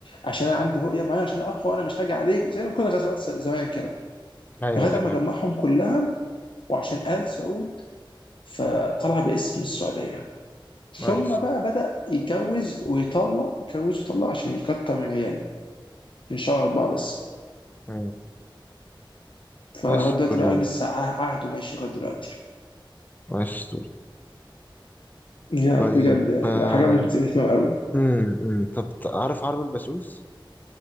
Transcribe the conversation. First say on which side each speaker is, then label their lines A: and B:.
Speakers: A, on the left (about 70°); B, on the left (about 20°).
A: عشان انا عندي رؤيه معينه عشان اقوى انا مش هاجي عليك زي ما كنا غزوات س- زمان كده
B: أيوة
A: لغايه
B: يا
A: اما
B: فاهم
A: جمعهم كلها وعشان ال سعود فطلع باسم السعودية
B: نايس
A: ثم بقى بدأ يتجوز ويطلق يتجوز ويطلق عشان يكتر من عياله من شهر أربعة بس
B: مم.
A: فلغاية
B: نايس ستوري
A: دلوقتي بقى
B: يا عم
A: لسه عه- عهده ماشي لغاية دلوقتي
B: نايس ستوري
A: يا
B: طيب
A: بجد يعني
B: آه.
A: حاجة مثيرة اهتمام قوي
B: مم. مم. طب عارف حرب البسوس؟